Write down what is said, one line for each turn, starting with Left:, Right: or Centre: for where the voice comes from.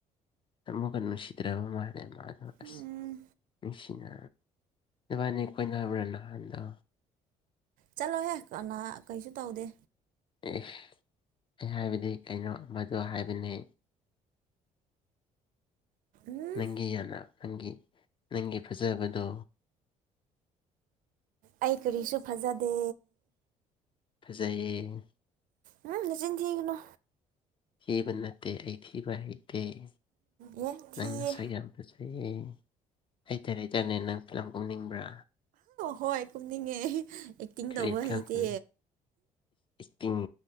Left: ꯊꯃꯛꯒ ꯅꯨꯡꯁꯤꯗ꯭ꯔꯕ ꯃꯥꯜꯂ ꯃꯥꯗ ꯑꯁ
Right: ꯎꯝ
Left: ꯅꯨꯡꯁꯤꯅ ꯕꯥꯅꯤ ꯀꯣꯏꯅꯕ꯭ꯔꯥ ꯅꯍꯥꯟꯗꯣ
Right: ꯆꯠꯂꯣꯍꯦ ꯀꯅꯥ ꯀꯩꯁꯨ ꯇꯧꯗꯦ
Left: ꯑꯦ ꯑꯩ ꯍꯥꯏꯕꯗꯤ ꯀꯩꯅꯣ ꯃꯗ ꯍꯥꯏꯕꯅꯤ
Right: ꯎꯝ
Left: ꯅꯪꯒꯤ ꯌꯥꯅ ꯅꯪꯒꯤ ꯅꯪꯒꯤ ꯐꯖꯕꯗꯣ
Right: ꯑꯩ ꯀꯔꯤꯁꯨ ꯐꯖꯗꯦ
Left: ꯐꯖꯩꯌꯦ
Right: ꯎꯝ ꯅꯆ ꯊꯒꯅꯣ
Left: ꯊꯤꯕ ꯅꯠꯇꯦ ꯑꯩ ꯊꯤꯕ ꯍꯩ
Right: ꯌꯦ ꯊꯤꯌꯦ
Left: ꯅꯪꯅ ꯁꯩ ꯌꯥꯝꯕꯖꯩꯌꯦ ꯍꯩꯇꯔꯦ ꯍꯇꯥꯔꯅꯦ ꯅꯪ ꯐꯤꯂꯝ ꯀꯨꯝꯅꯤꯡꯕ꯭ꯔꯥ
Right: ꯍꯣꯏ ꯀꯨꯝꯅꯤꯡꯉꯦ ꯑꯦꯛꯇꯤꯡ
Left: <unintelligible>
Right: ꯇꯧꯕ ꯍꯩꯇꯦ
Left: <inaudible> ꯇꯤꯡ